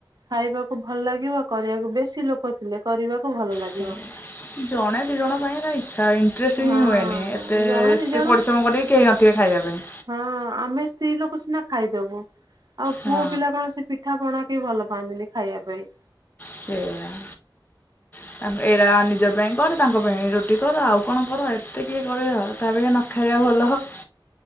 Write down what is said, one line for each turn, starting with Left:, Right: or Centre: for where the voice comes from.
Right: ଖାଇବାକୁ ଭଲ ଲାଗିବ କରିବାକୁ ବେଶୀ ଲୋକ ଥିଲେ କରିବାକୁ ଭଲ ଲାଗିବ।
Left: ସେ ଜଣେ ଦି ଜଣ ପାଇଁ ଏରା ଇଚ୍ଛା ହୁଏ ଇନ୍ତ୍ରେଷ୍ଟ୍
Right: ହଁ
Left: ହିଁ ହୁଏନି ଏତେ
Right: ଜଣେ
Left: ଏତେ
Right: ଦି ଜଣ
Left: ପରିଶ୍ରମ କରିକି କେହି ନଥିବେ ଖାଇବା ପାଇଁ
Right: ହଁ ଆମେ ସ୍ତ୍ରୀ ଲୋକ ସିନା ଖାଇଦବୁ। ଆଉ ପୁଅ
Left: ହଁ।
Right: ପିଲା କଣ ସେ ପିଠା ପଣା କେହି ଭଲ ପାଆନ୍ତିନି ଖାଇବା ପାଇଁ।
Left: ସେଇଆ ତା ଏଇରା ନିଜ ପାଇଁ କରେ ତାଙ୍କ ପାଇଁ ରୋଟି କର ଆଉ କଣ କର ଏତେ କିଏ କରିବ? ତା ଅପେକ୍ଷା ନ ଖାଇବା ଭଲ ହ।